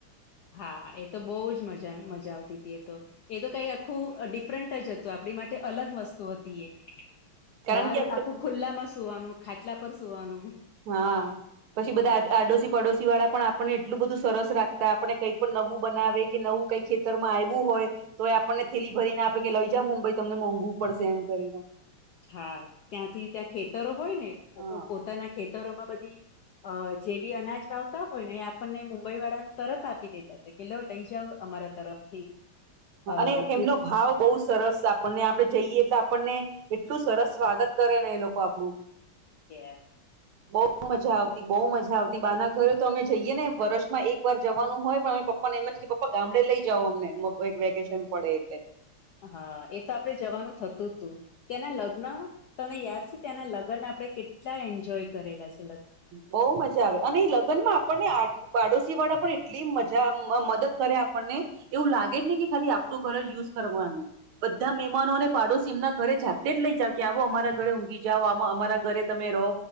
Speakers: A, on the left; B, on the right.
A: હા એ તો બહુ જ મજા મજા આવતી હતી એ તો એ તો કઈ આખું ડિફરન્ટ જ હતું આપણી માટે અલગ વસ્તુ હતી એ
B: કારણ
A: બહાર
B: કે આપડે
A: આખું ખુલ્લા માં સુવાનું ખાટલા પર સુવાનુ
B: હા પછી બધા આડોશી પડોશી વાળા પણ આપણને એટલું બધું સરસ રાખતા આપને કઈ પણ નવું બનાવે કે નવું કઈ ખેતરમાં આવું હોય તો એ આપણને થેલી ભરીને આપે કે લઈ જા મુંબઈ તમને મોંઘવું પડશે એમ કરીને
A: હા ત્યાંથી ત્યાં ખેતરો હોય, ને
B: હા
A: પોતાના ખેતરોમાં બધી અ જે બી અનાજ વાાવતા હોય ને એ આપણને મુંબઈ વાળાને તરત આપી દેતા હતા. કલો લઈ જાવ અમારા તરફથી અ
B: અને
A: ગિફ્ટ
B: એમનો ભાવ બહુ સરસ આપણને આપણે જઈએ એટલે આપણને એટલું સરસ સ્વાગત કરે ને એ લોકો આપડું
A: યસ
B: બહુ મજા બહુ મજા આવતી બા ના ઘરે તો અમે જઈએ ને વર્ષમાં એક વાર જવાનું હોય પણ અમે પપ્પા પણ એમ જ કે પપા ગામડે લઈ, જઓ અમને વેકેશન પડે એટલે
A: હા એ તો આપડે જવાનું થતું જ તું તેના લગ્ન તને યાદ છે તેના લગ્ન આપણે કેટલા એન્જોય કરેલા છે લ
B: બહઉ મજા આવે અને એ લગ્નમાં આપણને આ પાડોશી વાળા પણ એટલી મજા મદદ કરે આપણને એવું લાગે જ નને કે ખાલી આપણું ઘર યુઝ કરવાનું બધા મહેમાનો અને પાડોશી એમના ઘરે જાતે જ લઈ જાવ કે આવો અમારા ઘરે ઊઘીાવ અમારા ઘરે તમે રહો